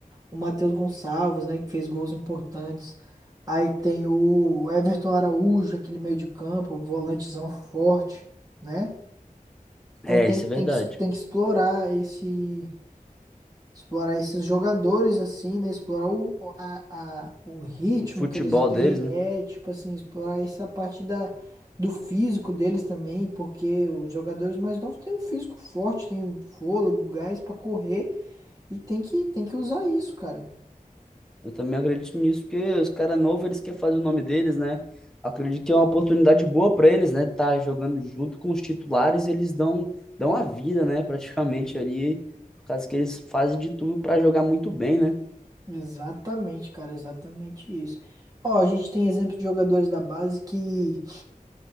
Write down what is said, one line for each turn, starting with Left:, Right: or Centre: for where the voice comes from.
Right: o Matheus Gonçalves, né, que fez gols importantes. Aí tem o Everton Araújo, aquele meio de campo, volantezão forte, né? Então
Centre: É,
Right: tem
Centre: isso
Right: que,
Centre: é
Right: tem
Centre: verdade.
Right: que, tem que explorar esse, explorar esses jogadores assim, né? Explorar o, o- a, a- o ritmo
Centre: O futebol
Right: que eles têm,
Centre: deles, né?
Right: é tipo assim, explorar essa parte da, do físico deles também, porque os jogadores mais novos têm um físico forte, têm um fôlego, gás pra correr e tem que, tem que usar isso, cara.
Centre: Eu também acredito nisso, porque os caras novos, eles querem fazer o nome deles, né? Acredito que é uma oportunidade boa para eles, né? Tá jogando junto com os titulares, eles dão, dão a vida, né? Praticamente ali, por causa que eles fazem de tudo para jogar muito bem, né?
Right: Exatamente, cara, exatamente isso. Ó, a gente tem exemplo de jogadores da base que